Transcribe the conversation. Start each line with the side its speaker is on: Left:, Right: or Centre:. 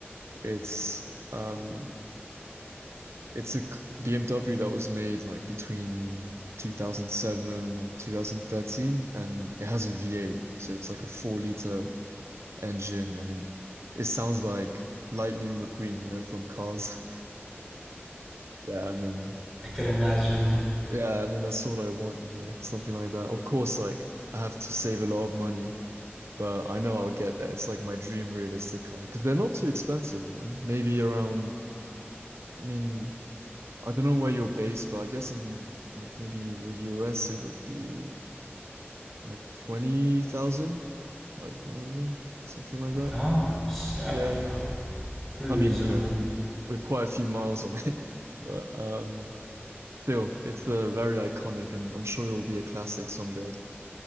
Right: It's um it's a c- BMW that was made like between 2007 and 2013 and it has a V8. So it's like a 4 liter engine and it it sounds like Lightning McQueen, you know, from Cars. <laughs> Yeah, I mean,
Centre: I could imagine.
Right: yeah, I mean that's all I want, you know, something like that. Of course, like I have to save a lot of money, but I know I'll get there. It's like my dream realistic car because they're not too expensive, you know. Maybe around, I mean, I don't know where you're based, but I guess in like maybe the US it would be like 20,000, like one of them, something like that.
Centre: Oh, s- yeah,
Right: Yeah,
Centre: pretty,
Right: yeah.
Centre: pretty
Right: I mean,
Centre: reasonable.
Right: you know, with quite a few miles on it. <laughs> But um, still, it's uh, very iconic, and I'm sure it will be a classic someday.